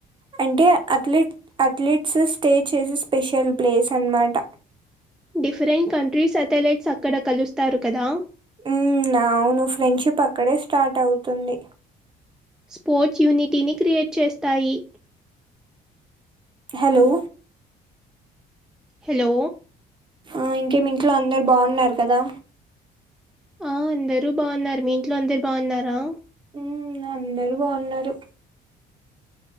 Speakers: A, on the right; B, in the centre.
A: అంటే అథ్లెట్ అథ్లెట్స్ స్టే చేసే స్పెషల్ ప్లేస్ అనమాట.
B: డిఫరెంట్ కంట్రీస్ అథలేట్స్ అక్కడ కలుస్తారు కదా.
A: ఉ అవును ఫ్రెండ్షిప్ అక్కడే స్టార్ట్ అవుతుంది.
B: స్పోర్ట్స్ యూనిటీని క్రియేట్ చేస్తాయి.
A: హలో
B: హలో
A: ఆ ఇంకేమి ఇంట్లో అందరు బావున్నారు కదా.
B: ఆ అందరు బావున్నారు. మీ ఇంట్లో అందరు బావున్నారా?
A: ఉ అందరూ బావున్నరు.